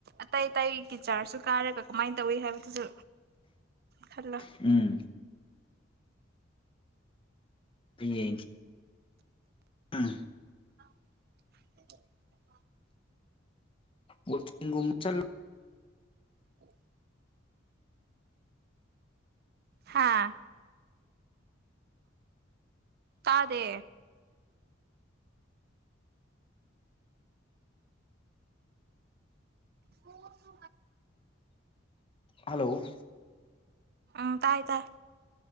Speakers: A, on the right; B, on the left.
A: ꯑꯇꯩ ꯑꯇꯩꯒꯤ ꯆꯥꯔꯁꯨ ꯀꯥꯔꯒ ꯀꯃꯥꯏꯅ ꯇꯧꯋꯤ ꯍꯥꯏꯕꯗꯨꯁꯨ ꯈꯜꯂꯣ
B: ꯎꯝ ꯌꯦ ꯎꯝ
A: <inaudible>
B: ꯒ ꯆ
A: ꯎ ꯍꯥꯥ ꯇꯥꯗꯦ ꯍꯁꯨ
B: ꯍꯜꯂꯣ
A: ꯎ ꯇꯥꯏ ꯇ